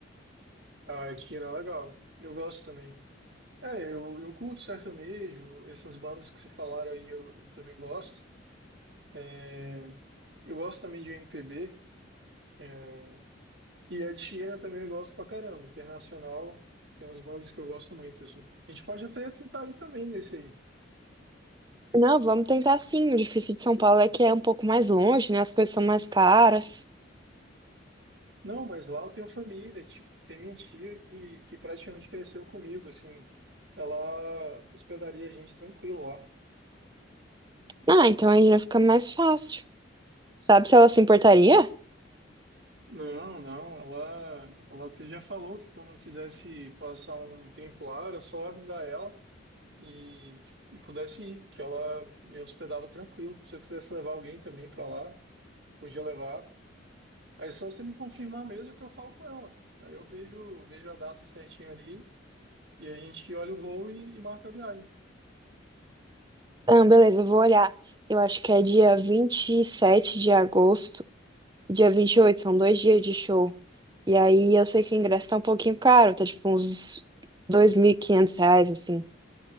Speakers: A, on the right; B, on the right.
A: Ah, Tira, legal. Eu gosto também. É, eu, eu curto sertanejo, essas bandas que você falaram aí eu, eu também gosto. É, eu gosto também de MPB. é, e a Tira também eu gosto pra caramba. Internacional, tem umas bandas que eu gosto muito, assim. A gente pode até tentar ir também nesse aí.
B: Não, vamos tentar sim. O difícil de São Paulo é que é um pouco mais longe, né? As coisas são mais caras.
A: Não, mas lá eu tenho família, tipo, tem minha tia que, que praticamente cresceu comigo, assim. Ela hospedaria a gente tranquilo lá.
B: Ah, então aí já fica mais fácil. Sabe se ela se importaria?
A: Não, não, ela, ela até já falou que quando eu quisesse passar um tempo lá, era só avisar ela e, que- e pudesse ir, que ela me hospedava tranquilo. Se eu quisesse levar alguém também para lá, podia levar. Aí é só você me confirmar mesmo que eu falo com ela. Aí eu vejo, vejo a data certinho ali e a gente olha o voo e, e marca a viagem.
B: Ah, beleza, eu vou olhar. Eu acho que é dia 27 de agosto, dia 28. são dois dias de show. E aí eu sei que o ingresso tá um pouquinho caro, tá tipo uns 2.500 reais, assim.